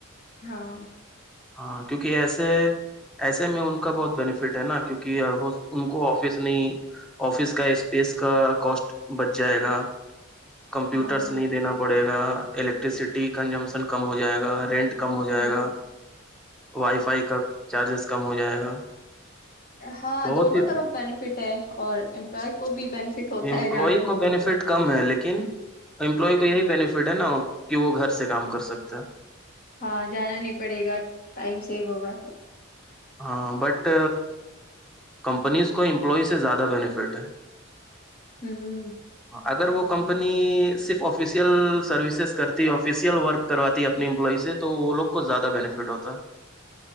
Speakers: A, on the left (about 45°); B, in the centre.
A: ہاں
B: ہاں کیونکہ ایسے ایسے میں ان کا بہت بینیفٹ ہے نا کیک ان کو آفس نہیں آفس کا اسپیس کا کوسٹ بچ جائے گا کمپیوٹرس
A: ہاں
B: نہیں دینا پڑے گا الیکٹرسٹی کنجمشن کم ہو جائے گا رینٹ کم ہو جائے
A: ہ
B: گا وائی فائی کا چارجز کم ہو جائے گا
A: ہاں
B: بہت
A: دونوں
B: ہی
A: طرف بینیفٹ ہے اور امپلائے کو بھی بینیفٹ ات
B: امپلائی
A: ہے جانا نہیں
B: کو
A: پتا
B: بینیفٹ کم ہے لیکن امپلائی یہی بینیفٹ ہے نا کہ وہ گھر سے کام کر سکتا
A: ہاں جانا نہیں پڑے گا ٹائم سیو ہوگا س
B: ہاں بٹ کمپنیز کو امپلائی سے زیادہ بینیفٹ ہے
A: ہوں
B: اں اگر وہ کمپنی صرف آفیسیل سروسز کرتی آفیسیل ورک کرواتی ہے اپنی امپلز سے تو وہ لوگ کو زیادہ بینیفٹ ہوتا